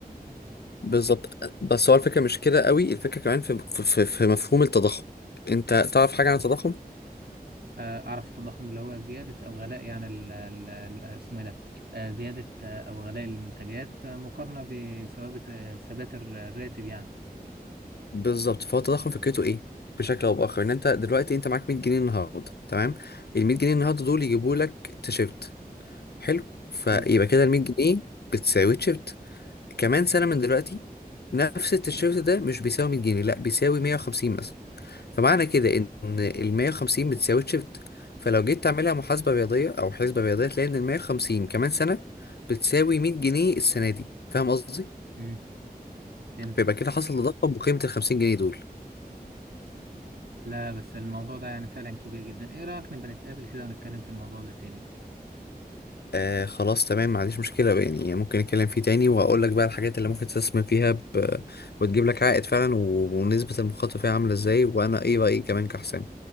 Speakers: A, on the left; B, on the right.
A: بالظبط بس هو الفكرة مش كده قوي الفكرة كمان في في في في مفهوم التضخم انت تعرف حاجة عن التضخم
B: آه، أعرف التضخم اللي هو زيادة أو غلاء يعني ال- ال- ال- اسمه إيه ده آه، زيادة آه، أو غلاء المنتجات آه، مقارنة بثوابت آه، ثبات الر- الراتب يعني
A: بالظبط فهو التضخم فكرته ايه بشكل او باخر ان انت دلوقتي انت معاك 100 جنيه النهارده تمام ال 100 جنيه النهارده دول يجيبوا لك تيشيرت حلو فيبقى
B: حلو
A: كده ال 100 جنيه بتساوي تيشيرت كمان سنه من دلوقتي نفس التيشيرت ده مش بيساوي 100 جنيه لا بيساوي 150 مثلا فمعنى كده ان ال 150 بتساوي تيشيرت فلو جيت تعملها محاسبه رياضيه او حسبه رياضيه تلاقي ان ال 150 كمان سنه بتساوي 100 جنيه السنه دي فاهم قصدي
B: امم فهمت
A: فيبقى
B: اه
A: كده حصل تضخم بقيمه ال 50 جنيه دول
B: لا بس الموضوع ده يعني فعلا كبير جدا ايه رأيك نبقى نتقابل كده ونتكلم في الموضوع ده تاني
A: آه خلاص تمام ما عنديش مشكلة بقى، يعني ممكن نتكلم فيه تاني وهقول لك بقى الحاجات اللي ممكن تستثمر فيها ب... وتجيب لك عائد فعلا و... ونسبة المخاطرة فيها عاملة ازاي وانا ايه رأيي كمان كحسام